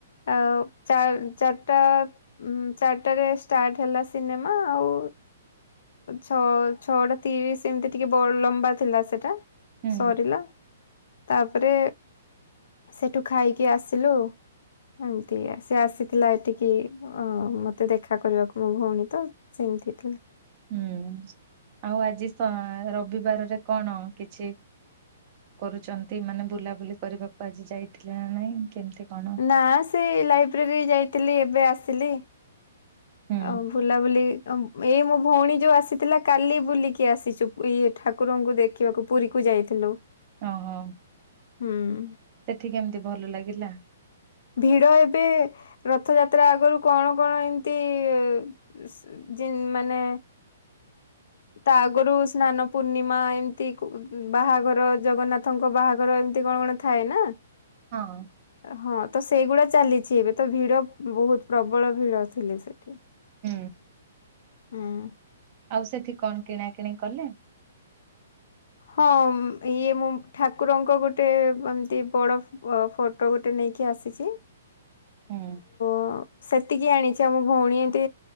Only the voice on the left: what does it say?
ଆଉ ଚାରିଟା ଚାରିଟାରେ ଷ୍ଟାର୍ଟ ହେଲା ସିନେମା ଆଉ। ଛଅ ଛଅଟା ତିରିଶ ଏମିତି ଟିକେ ବ-ଲମ୍ବା ଥିଲା ସେଟା।
ସରିଲା ତାପରେ ସେଠୁ ଖାଇକି ଆସିଲୁ। ଏମିତି ସେ ଆସିଥିଲା ଏଠିକି ଅ-ମତେ ଦେଖା କରିବାକୁ ମୋ ଭଉଣୀ ତ ସେ <unintelligible>
ନା ସେଇ ଲାଇବ୍ରେରୀ ଯାଇଥିଲି ଏବେ ଆସିଲି।
ଆଉ ଭୁଲାଭୁଲି ଏଇ ମୋ ଭଉଣୀ ଯୋଉ ଆସିଥିଲା କାଲି ବୁଲିକି ଆସିଛୁ ଇଏ- ଠାକୁରଙ୍କୁ ଦେଖିବାକୁ ପୁରୀ ଫୁରୀ। ଯାଇଥିଲୁ।
ହୁଁ।
ଭିଡ ଏବେ ରଥଯାତ୍ରା ଆଗରୁ କଣ କଣ ଏମିତି ମାନେ ତା ଆଗରୁ ସ୍ନାନ ପୂର୍ଣ୍ଣିମା ଏମିତି ବାହାଘର ଜଗନ୍ନାଥଙ୍କ ବାହାଘର ଏମତି କଣ କଣ ଥାଏ ନା।
ହଁ ସେଇଗୁଡା ଚାଲିଛି ଏବେ ତ ଭିଡ ବହୁତ ପ୍ରବଳ ଭିଡ ଥିଲେ ସେଠି।
ଉଁ।
ହଁ ଇଏ ମୁଁ- ଠାକୁରଙ୍କ ଗୋଟେ ଏମତି ବଡ- ଫଟୋ ଗୋଟେ ନେଇ କିଏ ଆସିଛି?
ହ ସେତିକି ଆଣିଛି ଆଉ ମୋ ଭଉଣୀ ଏତି